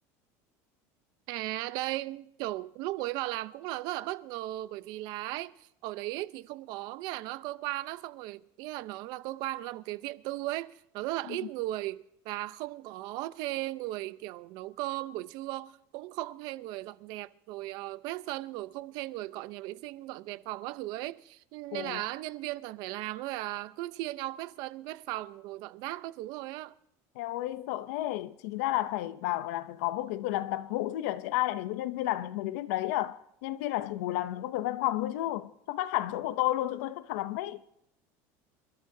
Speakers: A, on the right; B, on the left.
A: À đây kiểu lúc mới vào làm cũng là rất là bất ngờ bởi vì là ấy, ở đấy ấy, thì không có nghĩa là nó là cơ quan á xong rồi nghĩa là nó là cơ quan nó là một cái viện tư ấy nó rất là
B: Ừ.
A: ít người và không có thuê người kiểu nấu cơm buổi trưa cũng không thuê người dọn dẹp rồi ờ, quét sân rồi không thuê người cọ nhà vệ sinh dọn dẹp phòng các thứ ấy nên
B: Ồ,
A: là nhân viên toàn phải làm thôi à cứ chia nhau quét sân quét phòng rồi dọn rác các thứ thôi á
B: eo ơi sợ thế. Chính ra là phải bảo là phải có một cái quyền làm tập vụ chứ nhỉ? Chứ ai lại để cho nhân viên làm những mấy cái việc đấy nhở Nhân viên là chỉ ngồi làm những công việc văn phòng thôi chứ. Sao khác hẳn chỗ của tôi luôn, chỗ tôi khác hẳn lắm đấy.